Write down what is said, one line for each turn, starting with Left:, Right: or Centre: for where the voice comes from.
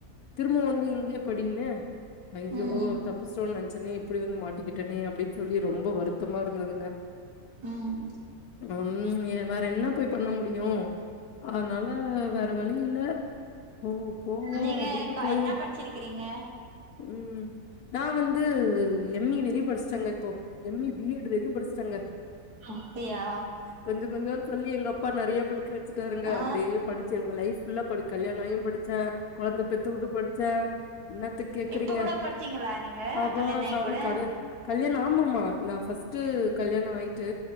Left: திரும்பவு வந்து இங்கயே படின்னு ஐயோ
Right: ம்
Left: த ப்பிச்டோன் நெனச்சனே இப்புடி வந்து மாட்டிக்கிட்டனே அப்டின்னு சொல்லி ரொம்ப வருத்தமா இருந்துதுங்க
Right: ம்
Left: ம் வேற என்ன போய் பண்ண முடியு அதனால வேற வழியில்ல போவ போவோ
Right: நீங்க
Left: அப்டின்ட்டு
Right: க
Left: போயி
Right: என்ன படிச்சிருக்கிறீங்க
Left: ம் நா வந்து எம் இ வெரியு படிச்ட்டங்க இப்போ எம் இ பி எட் வரியு படிச்ட்டங்க
Right: அப்டியா
Left: கொஞ்ச கொஞ்சோன் சொல்லி எங்க அப்பா நெறைய படிக்க வெச்சுட்டாருங்க
Right: ஆ
Left: அப்படியே படிச்சு லைப் ஃபுல்லா படி கல்யாண ஆயு படிச்சே கொழந்த பெத்து வுட்டு படிச்ச என்னத்த கேக்குறிங்க
Right: இப்ப கூட படிச்சீங்களா நீங்க
Left: அப்பாடா
Right: கல்யாண ஆயி
Left: சாமி
Right: கூட
Left: கடு கல்யாண ஆமாம்மா நா ஃபஸ்ட்டு கல்யாண ஆய்ட்டு